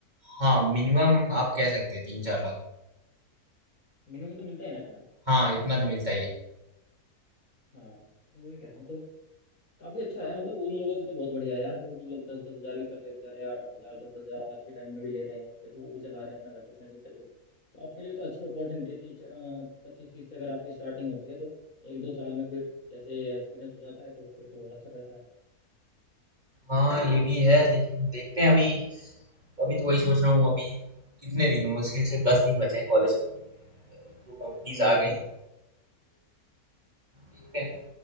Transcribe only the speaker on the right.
हाँ मिनिमम आप कह सकते हैं तीन चार लाख
हाँ इतना तो मिलता ही है
हाँ ये भी है लेकिन देखते हैं अभी अभी तो वही सोच रहा हूँ अभी कितने दिन मुश्किल से दस दिन बचे हैं कॉलेज खत्म होने में अगर एक दो कंपनीज
आ
गई
देखते हैं